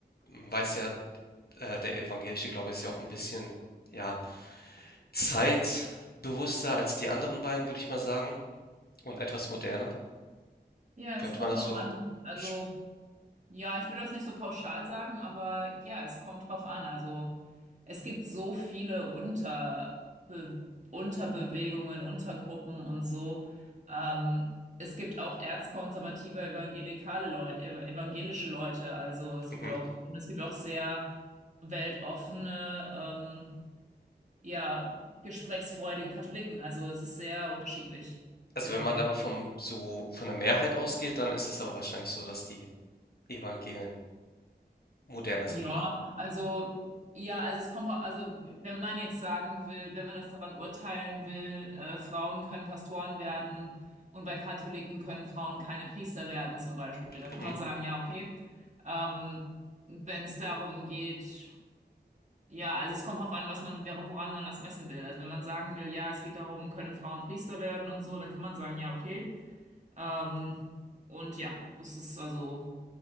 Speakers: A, on the left; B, on the right.
A: man weiß ja, äh, der evangelische Glaube ist ja auch ein bisschen, ja, zeitbewusster als die anderen beiden, würde ich mal sagen, und etwas moderner.
B: Ja,
A: Könnte
B: es kommt
A: man das
B: drauf
A: so
B: an. Also
A: sch
B: Ja, ich würde das nicht so pauschal sagen, aber ja, es kommt drauf an. Also es gibt so viele Unterbe Unterbewegungen, Untergruppen und so. Ähm, es gibt auch erzkonservative evangelikale Leute, ev evangelische Leute. Also es
A: mhm.
B: gibt auch und es gibt auch sehr weltoffene, ähm, ja, gesprächsfreudige Katholiken. Also es ist sehr unterschiedlich.
A: Also,
B: Genau.
A: wenn man aber vom so von der Mehrheit ausgeht, dann ist es aber wahrscheinlich so, dass die Evangelien moderner
B: Ja,
A: sind, oder?
B: also ja, also es kommt, also wenn man jetzt sagen will, wenn man das daran urteilen will, äh, Frauen können Pastoren werden und bei Katholiken können Frauen keine Priester werden zum Beispiel, da kann
A: Mhm.
B: man sagen, ja, okay. Ähm, wenn es darum geht, ja, also es kommt drauf an, was man, woran man das messen will. Also wenn man sagen will, ja, es geht darum, können Frauen Priester werden und so, dann kann man sagen, ja, okay. Ähm, und ja, das ist also